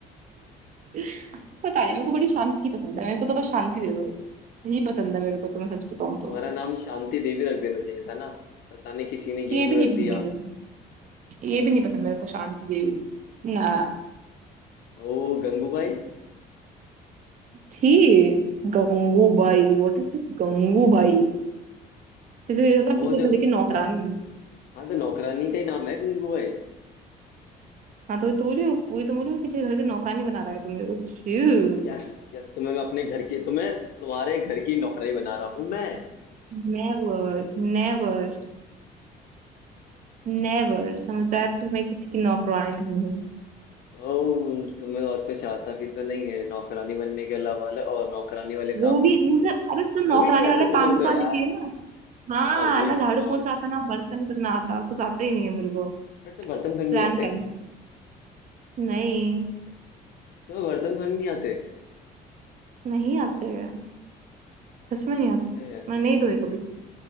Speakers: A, on the right; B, on the left.
A: <laughs> पता नहीं मेरे को बड़ी शांति पसंद है मेरे को तो बस शांति दे दो यही पसंद है मेरे को तो मैं सच बताऊं
B: तो तुम्हारा
A: तो
B: नाम शांति देवी रख देना चाहिए था ना पता नहीं किसी ने ये
A: ये
B: क्यों
A: भी नहीं
B: रख
A: पसंद
B: दिया
A: है मेरे को ये भी नहीं पसंद मेरे को शांति देवी ना
B: ओ गंगूबाई
A: थी Gangubai what is this Gangubai किसी मतलब
B: वो
A: किसी
B: जो
A: घर की नौकरानी
B: हाँ तो नौकरानी का ही नाम है गंगूबाई
A: हाँ तो वही तो बोल रही हूँ वही तो बोल रही हूँ कि तेरे घर की नौकरानी बना रहा है तू मेरे को चू
B: यस यस तुम्हें मैं अपने घर की तुम्हें तुम्हारे घर की नौकरानी बना रहा हूँ मैं
A: नेवर नेवर नेवर समझ आया तो मैं किसी की नौकरानी नहीं हूँ
B: ओ तुम्हें और कुछ आता भी तो नहीं है नौकरानी बनने के अलावा ल- और नौकरानी वाले
A: वो
B: कामों
A: भी
B: के
A: मुझे
B: वो भी
A: अरे तो नौकरानी
B: वो भी नहीं आते
A: वाला
B: तुम्हें
A: काम भी
B: तो
A: तो आना
B: यार
A: चाहिए ना हाँ
B: हाँ वही
A: ना झाड़ू
B: तो
A: पोछा आता ना बर्तन करना आता कुछ आता ही नहीं है मेरे को
B: फिर से बर्तन धोने
A: Plan
B: नहीं आते
A: cancel नहीं
B: तुम्हें बर्तन धोने नहीं आते
A: नहीं आते हैं सच में नहीं आते
B: ए यार,
A: मैं नहीं धोए कभी